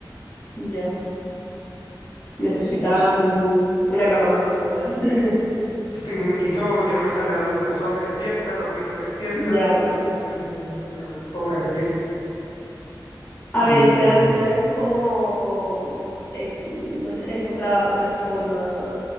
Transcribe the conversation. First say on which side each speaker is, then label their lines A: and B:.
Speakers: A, on the left; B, on the left.
A: ya, necesitas
B: pero si no, sí.
A: un- una cama más cómoda, ¿no? <laughs>
B: Y y todo, que no me salga la luz del sol me despierta, los ruidos me despiertan,
A: Ya.
B: yo, mm, todo me despierta.
A: A
B: Y
A: ver, eso al final es como, eh, no sé, es otra, otra forma,